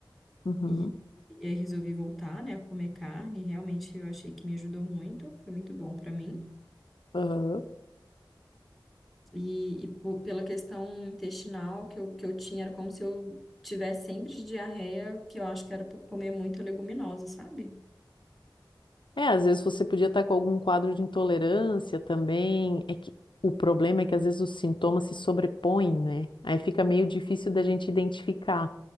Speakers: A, on the left; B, in the centre.
A: uhum,
B: E, e aí resolvi voltar, né, a comer carne. Realmente eu achei que me ajudou muito, foi muito bom para mim.
A: aham.
B: E, e po- pela questão intestinal que eu, que eu tinha, era como se eu tivesse sempre de diarreia, que eu acho que era por comer muita leguminosa, sabe?
A: É, às vezes você podia estar com algum quadro de intolerância também. É que o problema é que às vezes os sintomas se sobrepõem, né? Aí fica meio difícil da gente identificar.